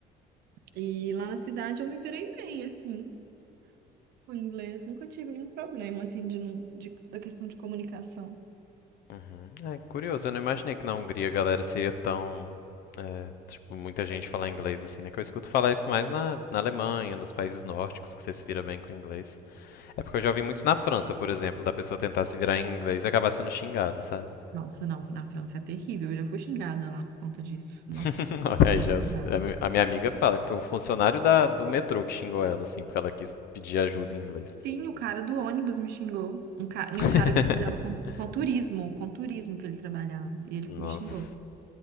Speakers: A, on the right; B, on the left.
A: E lá na cidade eu me virei bem, assim, com inglês. Nunca tive nenhum problema, assim, de, não- de- da questão de comunicação.
B: uhum. É curioso, eu não imaginei que na Hungria a galera seria tão. É, tipo, muita gente falar inglês assim, né? Que eu escuto falar isso mais na, na Alemanha, nos países nórdicos, que você se vira bem com inglês. É porque eu já vi muito na França, por exemplo, da pessoa tentar se virar em inglês e acabar sendo xingada, sabe?
A: Nossa, não, na França é terrível. Eu já fui xingada lá por conta disso. Nossa,
B: <laughs> Olha
A: dá
B: aí, já,
A: um lugar.
B: a mi- a minha amiga fala que foi um funcionário da, do metrô que xingou ela, assim, porque ela quis pedir ajuda em inglês.
A: Sim, o cara do ônibus me xingou. Um ca... E
B: <laughs>
A: um cara que trabalhava com, com turismo, com turismo que ele trabalhava. E ele
B: Nossa,
A: me xingou.